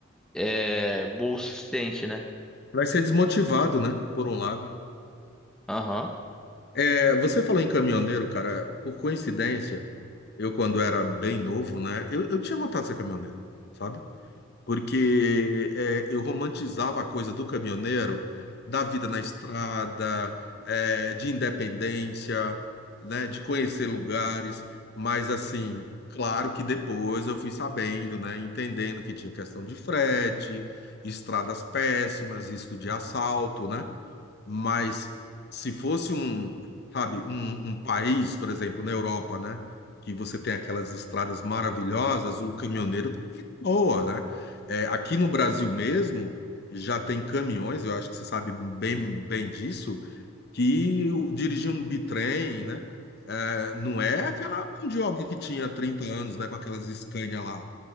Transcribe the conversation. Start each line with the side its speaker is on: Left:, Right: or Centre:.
Centre: é, boa o suficiente, né?
Left: Vai ser desmotivado, né? Por um lado.
Centre: Aham.
Left: É, você falou em caminhoneiro, cara. Por coincidência, eu, quando era bem novo, né? Eu, eu tinha vontade de ser caminhoneiro, sabe? porque é, eu romantizava a coisa do caminhoneiro, da vida na estrada, é, de independência, né, de conhecer lugares, mas assim, claro que depois eu fui sabendo, né, entendendo que tinha questão de frete, estradas péssimas, risco de assalto, né? Mas se fosse um, sabe, um, um país, por exemplo, na Europa, né? Que você tem aquelas estradas maravilhosas, o caminhoneiro tá de boa, né? É, aqui no Brasil mesmo, já tem caminhões, eu acho que você sabe bem, bem disso, que o- dirigir um bitrem, né? é, não é aquela mão de obra que tinha 30 anos, né? Com aquelas Scania lá,